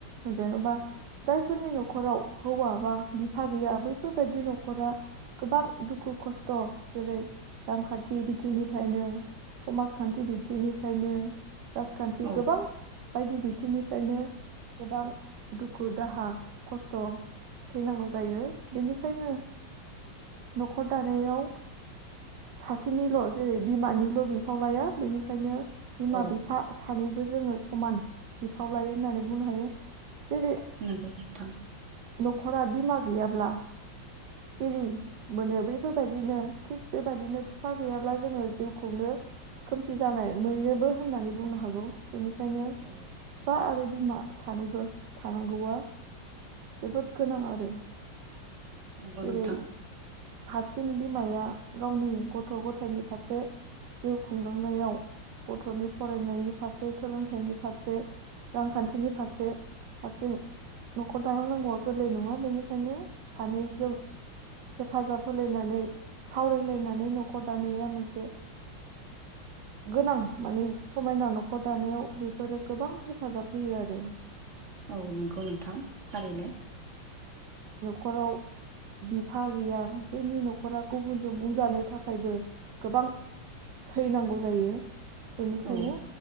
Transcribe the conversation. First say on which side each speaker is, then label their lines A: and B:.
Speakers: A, on the right (about 60°); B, on the right (about 35°).
A: जेनबा जायफोरनि न'खराव हौवा बा बिफा गैया बैफोरबायदि न'खरा गोबां दुखु खस्थ जेरै रांखान्थि बिथिंनिफ्रायनो समाजखान्थि बिथिंनिफ्रायनो राजखान्थि
B: औ
A: गोबां बायदि बिथिंनिफ्रायनो गोबां दुखु दाहा खस्थ सैनांगौ जायो बेनिखायनो न'खर दानायाव सासे बिसिनिल जेरै बिमानिल बिफाव लाया बेनिखायनो बिमा
B: औ
A: बिफा सानैबो <unintelligible> जोङो समान बिफाव लायो होननानै बुंनो हायो। <unintelligible>
B: नोंगौ नोंथां‌।
A: न'खरा बिमा गैयाब्ला सिरि मोनो बैफोरबायदिनो थिग बेबायदिनो बिफा गैयाब्ला जोङो जिउखौनो खोमसि जानाय मोनोबो होननानै बुंनो हागौ। बेनिखायनो बिफा
B: औ
A: आरो बि बिमा सानैबो थानांगौआ जोबोद गोनां आरो।
B: नंगौ
A: जेरै
B: नोंथां।
A: हारसिं बिमाया गावनि गथ' गथायनि फारसे जिउ खुंलांनायाव गथनि फरायनायनि फारसे सोलोंथाइनि फारसे रांखान्थिनि फारसे हारसिं न'खर दालांनांगौआ गोरलै नङा बेनिखायनो सानैजों हेफाजाब होलायनानै सावरायलायनानै न'खर दानाया मोनसे गोनां माने समायना न'खर दानायाव बेफोरो गोबां हेफाजाब होयो आरो।
B: औ नंगौ नोंथां थारैनो।
A: खराव हा गैया बैनि नखरा गुबुनजों बुंजानो थाखायबो गोबां सैनांगौ जायो। बेनिखायनो
B: औ